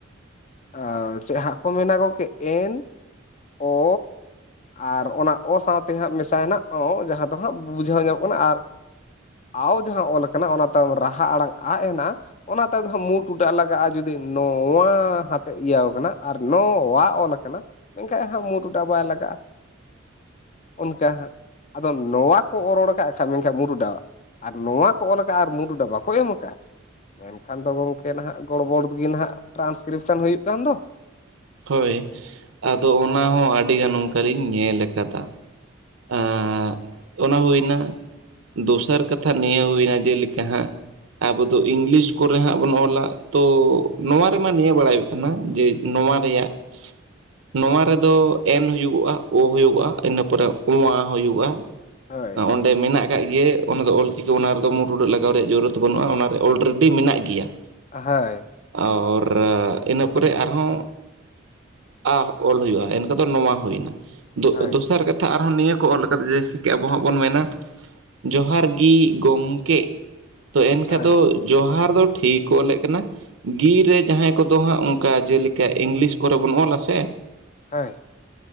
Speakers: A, on the left; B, on the right.
A: ᱟ ᱪᱮᱜ ᱦᱟᱸᱜ ᱠᱚ ᱢᱮᱱᱟ ᱜᱚᱝᱠᱮ ᱮᱱ ᱚ ᱟᱨ ᱚᱱᱟ ᱚ ᱥᱟᱶᱛᱮ ᱦᱟᱸᱜ ᱢᱮᱥᱟᱭᱱᱟ ᱟᱶ ᱡᱟᱦᱟᱸ ᱫᱚ ᱦᱟᱸᱜ ᱵᱩᱡᱷᱟᱹᱣ ᱧᱟᱢᱚᱜ ᱠᱟᱱᱟ ᱟᱨ ᱣ ᱡᱟᱦᱟᱸ ᱚᱞ ᱠᱟᱱᱟ ᱚᱱᱟ ᱛᱟᱭᱚᱢ ᱨᱟᱦᱟ ᱟᱲᱟᱝ ᱟᱜ ᱮᱱᱟ ᱚᱱᱟ ᱛᱟᱭᱚᱢ ᱫᱚ ᱦᱟᱸᱜ ᱢᱩ ᱴᱩᱰᱟᱹᱜ ᱞᱟᱜᱟᱜᱼᱟ ᱡᱩᱫᱤ ᱱᱚᱼᱶᱟ ᱦᱟ ᱛᱚ ᱤᱭᱟᱹᱣ ᱠᱟᱱᱟ ᱟᱨ ᱱᱚᱼᱣᱟ ᱚᱞ ᱠᱟᱱᱟ ᱢᱮᱱᱠᱷᱟᱜ ᱦᱟᱸᱜ ᱢᱩ ᱴᱩᱰᱟᱹᱜ ᱵᱟᱭ ᱞᱟᱜᱟᱜᱼᱟ ᱚᱱᱠᱟ ᱦᱟᱸᱜ ᱟᱫᱚ ᱱᱚᱣᱟ ᱠᱚ ᱚᱼᱨᱚᱲᱟ ᱠᱟᱜ ᱠᱷᱟᱜ ᱢᱮᱱᱠᱷᱟᱜ ᱢᱩ ᱴᱩᱰᱟᱹᱜ ᱟᱨ ᱱᱚᱶᱟ ᱠᱚ ᱚᱞ ᱠᱟᱜᱼᱟ ᱟᱨ ᱢᱩ ᱴᱩᱰᱟᱹᱜ ᱵᱟᱠᱚ ᱮᱢ ᱠᱟᱜᱼᱟ ᱢᱮᱱᱠᱷᱟᱱ ᱫᱚ ᱜᱚᱝᱠᱮ ᱱᱟᱦᱟᱸᱜ ᱜᱚᱲᱵᱚᱲ ᱫᱩᱵᱤ ᱱᱟᱸᱜ ᱴᱨᱸᱟᱱᱥᱠᱨᱤᱯᱥᱚᱱ ᱦᱩᱭᱩᱜ ᱠᱟᱱ ᱫᱚ
B: ᱦᱳᱭ
A: ᱦᱮᱸ
B: ᱟᱫᱚ ᱚᱱᱟ ᱦᱚᱸ ᱟᱰᱤᱜᱟᱱ ᱚᱝᱠᱟᱞᱤᱧ ᱧᱮᱞ ᱠᱟᱫᱟ ᱮᱸ ᱚᱱᱟ ᱦᱩᱭᱱᱟ ᱫᱚᱥᱟᱨ ᱠᱟᱛᱷᱟ ᱱᱤᱭᱟᱹ ᱦᱩᱭᱱᱟ ᱡᱮᱞᱮᱠᱟ ᱦᱟᱸᱜ ᱟᱵᱚ ᱫᱚ ᱤᱝᱞᱤᱥ ᱠᱚᱨᱮ ᱦᱟᱸᱜ ᱵᱚᱱ ᱚᱞᱟ ᱛᱚ ᱱᱚᱶᱟ ᱨᱮᱢᱟ ᱱᱤᱭᱟᱹ ᱵᱟᱲᱟᱭ ᱠᱟᱱᱟ ᱡᱮ ᱱᱚᱶᱟ ᱨᱮᱭᱟᱜ ᱱᱚᱣᱟ ᱨᱮᱫᱚ ᱮᱱ ᱦᱩᱭᱩᱜᱚᱜᱼᱟ ᱳ ᱦᱩᱭᱩᱜᱚᱜᱼᱟ ᱤᱱᱟᱹ ᱯᱚᱨᱮ <unintelligible> ᱦᱩᱭᱩᱜᱼᱟ
A: ᱦᱳᱭ
B: ᱚᱸᱰᱮ ᱢᱮᱱᱟᱜ ᱟᱠᱟᱜ ᱜᱮ ᱚᱱᱟ ᱫᱚ ᱚᱞ ᱪᱤᱠᱤ ᱚᱱᱟ ᱨᱮᱫᱚ ᱢᱩ ᱴᱩᱰᱟᱹᱜ ᱞᱟᱜᱟᱣ ᱨᱮᱭᱟᱜ ᱡᱩᱨᱩᱛ ᱵᱟᱹᱱᱩᱜᱼᱟ ᱚᱱᱟᱨᱮ ᱚᱞᱨᱮᱰᱤ ᱢᱮᱱᱟᱜ ᱜᱮᱭᱟ
A: ᱦᱳᱭ
B: ᱚᱨ ᱤᱱᱟᱹ ᱯᱚᱨᱮ ᱟᱨᱦᱚᱸ ᱟᱦ ᱚᱞ ᱦᱩᱭᱩᱜᱼᱟ ᱮᱱᱠᱷᱟᱱ ᱫᱚ ᱱᱚᱣᱟ ᱦᱩᱭᱱᱟ ᱫᱚᱜᱼᱫᱚᱥᱟᱨ
A: ᱦᱳᱭ
B: ᱠᱟ ᱟᱨᱦᱚᱸ ᱱᱤᱭᱟᱹ ᱠᱚ ᱚᱞ ᱠᱟᱫᱟ ᱡᱮᱭᱥᱤᱠᱤ ᱟᱵᱚ ᱦᱟᱸᱜ ᱵᱚᱱ ᱢᱮᱱᱟ ᱡᱚᱦᱟᱨ ᱜᱤ ᱜᱚᱝᱼᱠᱮᱜ ᱛᱚ ᱮᱱᱠᱷᱟᱜ
A: ᱦᱳᱭ
B: ᱫᱚ ᱡᱚᱦᱟᱨ ᱫᱚ ᱴᱷᱤᱠ ᱠᱚ ᱚᱞᱮᱜ ᱠᱟᱱᱟ ᱜᱤ ᱨᱮ ᱡᱟᱦᱟᱸᱭ ᱠᱚᱫᱚ ᱦᱟᱸᱜ ᱚᱝᱠᱟ ᱡᱮ ᱞᱮᱠᱟ ᱤᱝᱞᱤᱥ ᱠᱚᱨᱮ ᱵᱚᱱ ᱚᱞᱟ ᱥᱮ
A: ᱦᱳᱭ